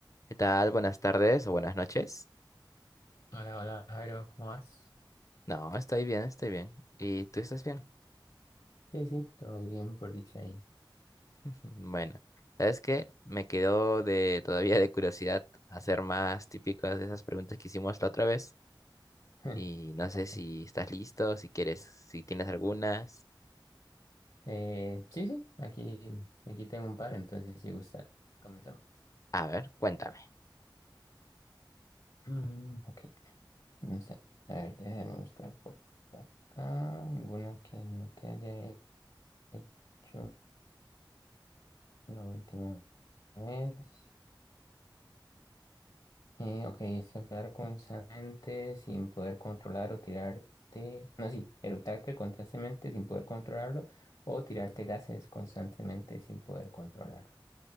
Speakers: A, on the left (about 40°); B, on the left (about 65°).
A: ¿Qué tal? Buenas tardes o buenas noches.
B: Hola, hola, Jairo, ¿cómo vas?
A: No, estoy bien, estoy bien. ¿Y tú estás bien?
B: Sí, sí, todo bien por dicha ahí.
A: <laughs> Bueno, ¿sabes qué? Me quedó de todavía de curiosidad hacer más típicas de esas preguntas que hicimos la otra vez.
B: <laughs>
A: Y no sé
B: Ok.
A: si estás listo, si quieres, si tienes algunas.
B: Eh, sí, sí, aquí, aquí tengo un par, entonces si gusta, comenzamos.
A: A ver, cuéntame.
B: Mm, ok, vamos a a ver, déjame buscar por acá alguna que no te haya hecho la última vez. Eh, ok, es hablar constantemente sin poder controlar o tirarte. No, sí, eructarte constantemente sin poder controlarlo o tirarte gases constantemente sin poder controlarlo.